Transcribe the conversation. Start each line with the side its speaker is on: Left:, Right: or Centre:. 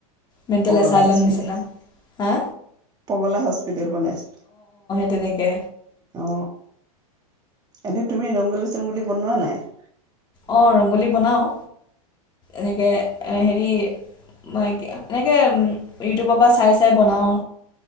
Left: মেণ্টেল
Right: পগলা
Left: এছাইলাম
Right: হস্পিতেেল
Left: নিচিনা হা
Right: পগলা হস্পিতেেল বনাইছিল
Left: তেনেকে
Right: অ এনে তুমি ৰংগোলী চংগলী বনোৱা নাই
Left: অঁ ৰংগলী বনাওঁ এনেকে হেৰি এনেকে ইউটিউবৰ পৰা চাই চাই বনাওঁ